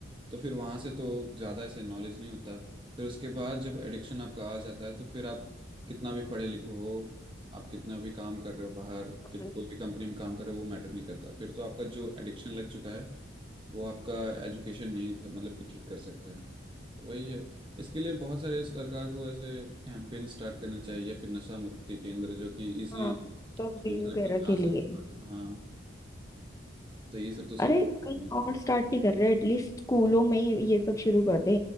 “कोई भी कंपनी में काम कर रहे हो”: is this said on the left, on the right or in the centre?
Right